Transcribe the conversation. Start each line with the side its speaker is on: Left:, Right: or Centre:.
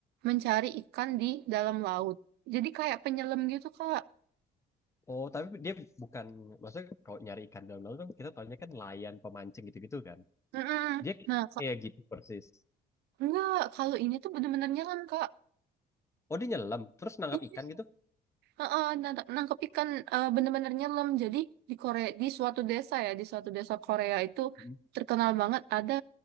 Right: mencari ikan di dalam laut. Jadi kayak penyelam gitu, Kak.
Left: Oh, tapi dia bukan maksudnya kalau nyari ikan dalam laut kan kita taunya kan nelayan pemancing gitu-gitu kan.
Right: Mm-mm.
Left: Dia
Right: Nah, Kak,
Left: kayak gitu persis.
Right: enggak, kalau ini tuh bener-bener nyelam, Kak.
Left: Oh, dia nyelam terus nangkap
Right: Iya,
Left: ikan gitu.
Right: heeh, nangkap nangkep ikan eh, bener-bener nyelam. Jadi di Korea, di suatu desa ya, di suatu desa Korea itu
Left: Hmm.
Right: terkenal banget ada